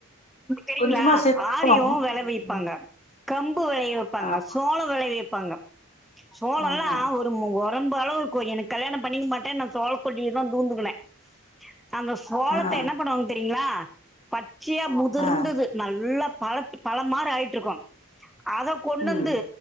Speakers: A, in the centre; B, on the left.
A: தெரியுங்ளா
B: கொஞ்சமா செஞ்சாலு
A: ஆரியு வெள வைப்பாங்க
B: ம்
A: கம்பு வெளைய வெப்பாங்க
B: ஆமா
A: சோளோ வெளைய வெப்பாங்க சோளோலா
B: ஆமா
A: ஒரு <unintelligible> ரொம்ப அளவு இருக்கு எனக்கு கல்யாண பண்ணிக்க மாட்டே நா சோழ கொல்லியிலதா தூங்குதுவே அந்த சோளத்த
B: ஆ
A: என்ன பண்ணுவாங்க தெரியுங்ளா பச்சையா முதிர்ந்தது
B: ஆ
A: நல்லா பழத் பழ மாரி ஆயிட்ருக்கு அத கொண்டந்து
B: ம்